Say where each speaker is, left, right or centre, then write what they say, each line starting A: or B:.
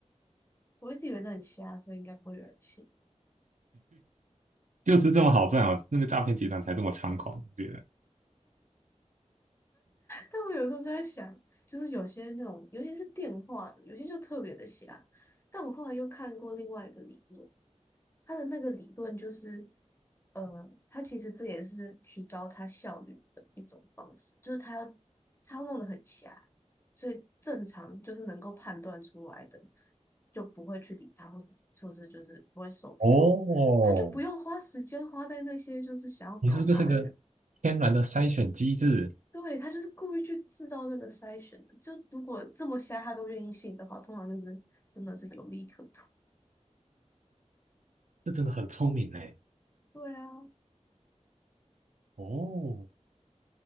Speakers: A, on the left; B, on the right.
A: 我一直以为那很瞎，所以应该不会有人信。
B: 就是这么好赚哦，那个诈骗集团才这么猖狂，我觉得。
A: 但我有时候就在想，就是有些那种，尤其是电话的，有些就特别的瞎。但我后来又看过另外一个理论，他的那个理论就是，呃，他其实这也是提高他效率的一种方式，就是他要他要弄得很瞎，所以正常就是能够判断出来的，就不会去理他，或者是或是就是不会受骗，
B: 哦，
A: 他就不用花时间花在那些就是想要搞他的人。
B: 你说这是个天然的筛选机制，
A: 对，他就是故意去制造这个筛选的。就如果这么瞎他都愿意信的话，通常就是真的是有利可图。
B: 这真的很聪明哎！
A: 对啊，
B: 哦，